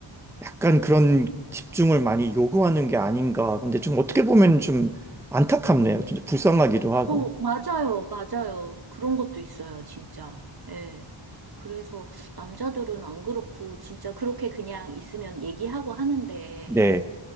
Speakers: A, in the centre; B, on the right.
A: 약간 그런 집중을 많이 요구하는 게 아닌가. 근데 좀 어떻게 보면 좀 안타깝네요. 진짜 불쌍하기도 하고.
B: 어, 맞아요, 맞아요. 그런 것도 있어요, 진짜. 예. 그래서 남자들은 안 그렇고, 진짜 그렇게 그냥 있으면 얘기하고 하는데,
A: 네.